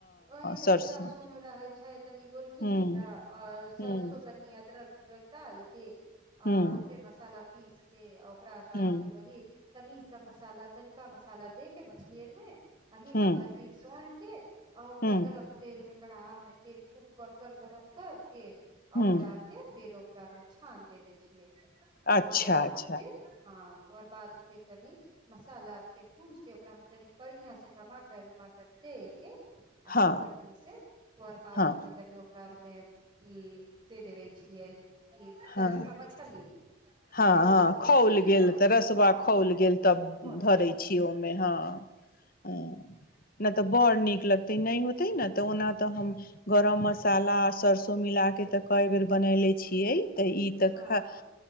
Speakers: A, on the right; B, on the left.
A: वही तनी
B: सरसो
A: लहसुन रहै छै तनि गोलकी
B: हूं
A: जीरा आओर सरसो
B: हूं
A: तनि अदरक उदरक डाल के
B: हूं
A: आओर ओकरे मसाला पीस के आओ ओकरा बाद
B: हूं
A: फिर वहि तनी सा मसाला तनिका मसाला दे के मछली अर मे आ निमक
B: हूं
A: खती सोन के आ ओकरा
B: हूं
A: गरम तेल मे कड़हा मे तेल खूब कर कर गरम कैर के
B: हूं
A: ओकरा के फिर ओकरा मे छान देबे छियै
B: अच्छा
A: ओअर बाद
B: अच्छा
A: फिर हँ ओअर बाद फिर तनि मसाला आर के भूज के ओकरा मे तनी बढ़िया से टमाटर <unintelligible> के आ
B: हँ
A: खूब बढ़िआ से ओर बाद
B: हँ
A: फिर तनियो ओकरा अर मे ई दे देबे छियै ई
B: हँ
A: तरलका मछली
B: हँ
A: कि
B: हँ
A: रस पूरा
B: खाओल
A: पी
B: गेल
A: जाउ
B: तऽ रसवा
A: हँ
B: खाौओल गेल तब
A: खोल
B: धरैत
A: गेल तऽ
B: छी ओहिमे हँ हँ नइ तऽ बड़ नीक लगते नइ होते न तऽ ओना तऽ हम गरम मसाला आ सरसो मिलााके तऽ कएय बेर बनेले छियै तऽ ई
A: हँ
B: खा
A: हँ